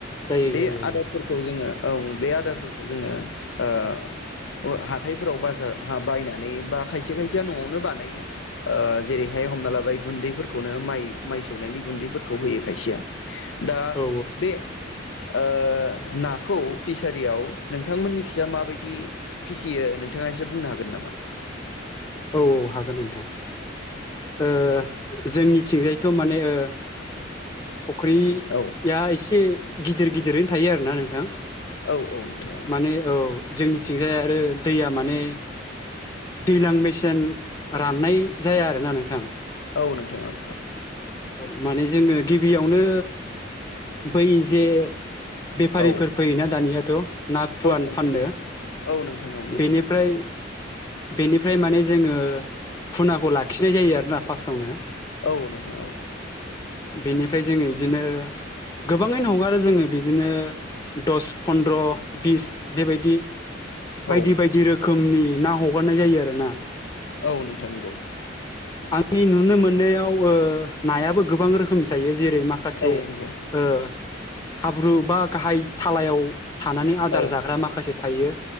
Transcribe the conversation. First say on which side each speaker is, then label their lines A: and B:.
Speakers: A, on the left; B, on the left.
A: जायो
B: बे
A: जायो
B: आदबफोरखौ
A: औ
B: जोङो ओं बे आद दारफोरखौ जोङो ओ हाथाइफोराव बाजार बायनानै बा खायसे खायसेया न'आवनो बानायो। ओ जेरैहाय हमना लाबाय गुन्दैफोरखौनो माइ माइ सौनायनि गुन्दैफोरखौ होयो खायसेया दा
A: औ
B: बे ओ नाखौ फिस सारियाव नोंथांमोननि खिजा माबायदि फिसियो नोंथाङा एसे बुंनो हागोन नामा?
A: औ औ हागोन नोंथां ओ जोंनिथिंजायथ' माने ओ फुख्रि
B: औ
A: या एसे गिदिर गिदिरैनो थायो आरो ना नोंथां।
B: औ औ नोंथां
A: माने औ जोंनि थिंजाय आरो दैया माने दैज्लां मेसे सें राननाय जाया आरोना नोंथां।
B: औ नोंथां ओं।
A: औ माने जोङो गिबियावनो बै जे बेफारिफोर
B: औ
A: फैयोना दानिया त ना फुवान
B: नोंथां
A: फाननो।
B: औ नोंथां औ नंगौ
A: बेनिफ्राय
B: नंगौ
A: बेनिफ्राय माने जोङो फुनाखौ लाखिनाय जायो आरोना फार्स्टावनो।
B: औ नोंथां औ।
A: बेनिफ्राय जोंङो बिदिनो गोबाङैनो हगारो जोंङो बिदिनो दस फनन्द्र बिस बेबायदि बायदि
B: औ
A: बायदि रोखोमनि ना हगारनाय जायो आरो ना
B: औ नोंथां नंगौ
A: आंनि नुनो मोननायाव ओ नायाबो गोबां रोखोमनि थायो जेरै माखासे
B: औ नंगौ
A: ओ हाब्रु बा गाहाय थालायाव थानानै आदार
B: औ
A: जाग्रा माखासे थायो